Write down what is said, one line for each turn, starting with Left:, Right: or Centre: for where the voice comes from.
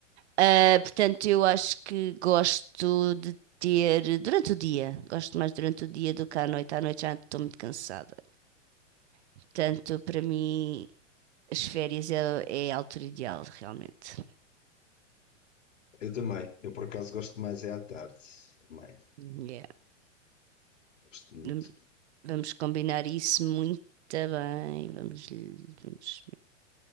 Right: Ah, portanto, eu acho que gosto de ter durante o dia. Gosto mais durante o dia do que à noite. À noite já estou muito cansada. Portanto, para mim, as férias é, é a altura ideal, realmente.
Left: Eu também. Eu, por acaso, gosto mais é à tarde. Também.
Right: Yeah.
Left: Gosto muito.
Right: Vam- Vamos combinar isso muito bem. Vamos, vamos,